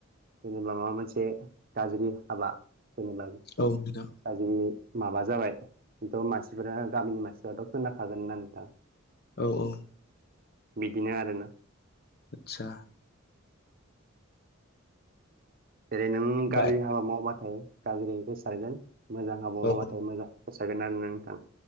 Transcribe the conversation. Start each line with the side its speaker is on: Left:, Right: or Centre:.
Right: जेनेबा माबा मोनसे गाज्रि हाबा जेनबा
Left: औ बिदा।
Right: गाज्रि माबा जाबाय। खिन्थ' मानसिफोरा गामिनि मानसिफ्राथ' खोनाखागोन ना नोंथां।
Left: औ औ।
Right: बिदिनो आरो ना।
Left: आतसा।
Right: जेरै नों गाज्रि
Left: बाय
Right: हाबा मावबाथाय गाज्रि गोसारगोन मोजां हाबा मावबाथाय
Left: औ
Right: मोजां सारगोन आरोना नोंथां